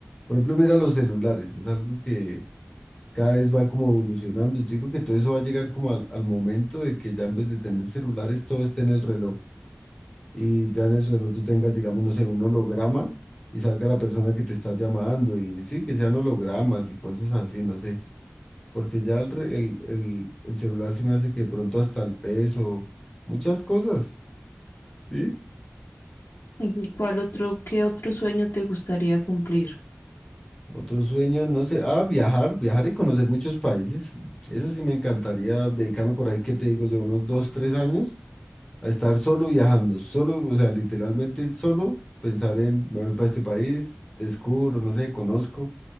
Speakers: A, on the left; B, on the left.
A: Por ejemplo, mira los celulares, es algo que cada vez va como evolucionando. Yo digo que todo eso va a llegar como al, al momento de que ya en vez de tener celulares, todo esté en el reloj. y ya en el reloj tú tengas, digamos, no sé, un holograma y salga la persona que te está llamando y sí, que sean hologramas y cosas así, no sé, porque ya el, re- el, el, el celular se me hace que de pronto hasta el peso, muchas cosas, ¿sí?
B: ¿Y ¿Cuál otro, qué otro sueño te gustaría cumplir?
A: Otro sueño, no sé, ah, viajar, viajar y conocer muchos países. Eso sí me encantaría dedicarme por ahí, ¿qué te digo yo? Unos dos, tres años a estar solo viajando, solo, o sea, literalmente solo pensar en, me voy para este país, descubro, no sé, conozco.